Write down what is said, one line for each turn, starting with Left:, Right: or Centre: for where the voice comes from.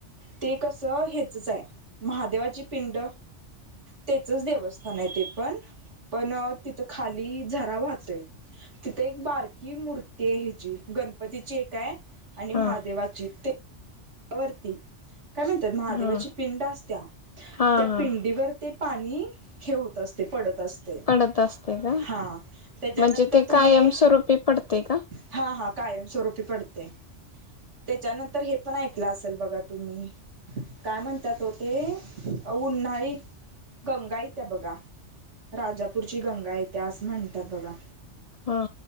Right: ते कसं ह्याचच आहे महादेवाची पिंड..... तेचच देवस्थान आहे ते पण पण तिथं खाली झरा वाहतोय तिथे एक बारकी मूर्ती आहे ह्याची गणपतीची एक आहे आणि महादेवाची
Left: हा
Right: ते वरती काय म्हणतात महादेवाची
Left: हा
Right: पिंड असत्या
Left: हा
Right: त्या
Left: हा
Right: पिंडीवर ते पाणी हे होत असते पडत असते
Left: पडत असते का
Right: हा त्याच्यानंतर
Left: म्हणजे ते
Right: तुमही
Left: कायमस्वरूपी पडते का
Right: हा हा कायमस्वरूपी पडते त्याच्यानंतर हे पण ऐकलं असेल बघा तुम्ही काय म्हणतात ओ तेऽऽऽ उन्हाळी कंगाईत बघा राजापूरची गंगा येत्या असं म्हणतात बघा,
Left: हा